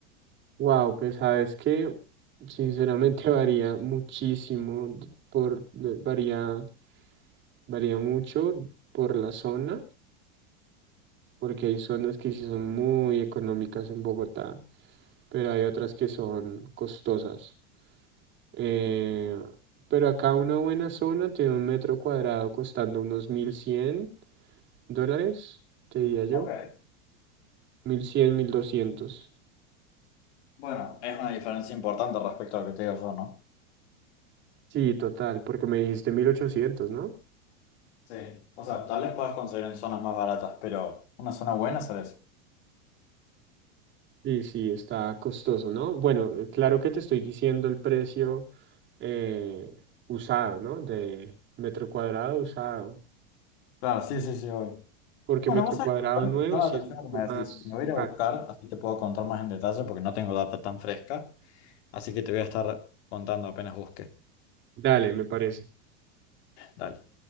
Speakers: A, on the right (about 30°); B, on the left (about 60°).
A: Wow, pues sabes que sinceramente <laughs> varía muchísimo, d- por, de- varía, varía mucho por la zona, porque hay zonas que sí son muy económicas en Bogotá, pero hay otras que son costosas. Eh, pero acá una buena zona tiene un metro cuadrado costando unos mil cien dólares, te diría yo,
B: Ok.
A: mil cien mil doscientos,
B: Bueno, es una diferencia importante respecto a lo que te digo yo, ¿no?
A: Sí, total, porque me dijiste 1.800, ¿no?
B: Sí. O sea, tal vez puedas conseguir en zonas más baratas, pero una zona buena sale eso.
A: Sí, sí, está costoso, ¿no? Bueno, eh, claro que te estoy diciendo el precio eh, usado, ¿no? De metro cuadrado usado,
B: Claro, sí, sí, sí, obvio.
A: porque
B: Bueno,
A: metro
B: vos sabés
A: cuadrado
B: que igual
A: nuevo
B: me llama
A: sí
B: la atención
A: es mucho
B: lo que me
A: más
B: decís. Me voy a ir a
A: caro.
B: buscar, así te puedo contar más en detalle porque no tengo data tan fresca. Así que te voy a estar contando apenas busque.
A: Dale, me parece.
B: Dale.